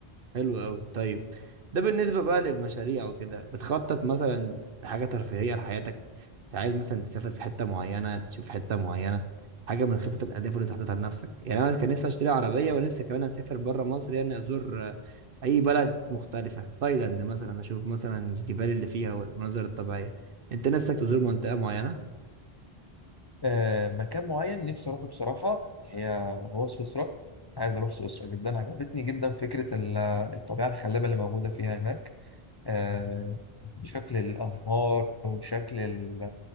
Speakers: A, on the right (about 65°); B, on the left (about 35°).
A: حلو قوي طيب ده بالنسبة بقى للمشاريع وكده بتخطط مثلا حاجة ترفيهية لحياتك انت عايز مثلا تسافر في حتة معينة تشوف حتة معينة حاجة من خطط الأهداف اللي انت حاططها لنفسك يعني أنا كان نفسي أشتري عربية ونفسي كمان أسافر بره مصر يعني أزور آه، أي بلد مختلفة تايلاند مثلا أشوف مثلا الجبال اللي فيها والمناظر الطبيعية انت نفسك تزور منطقة معينة
B: آه، مكان معين نفسي اروحه بصراحه هي هو سويسرا عايز اروح سويسرا جدا عجبتني جدا فكره ال- الطبيعه الخلابه اللي موجوده فيها هناك آه، شكل الأنهار وشكل ال-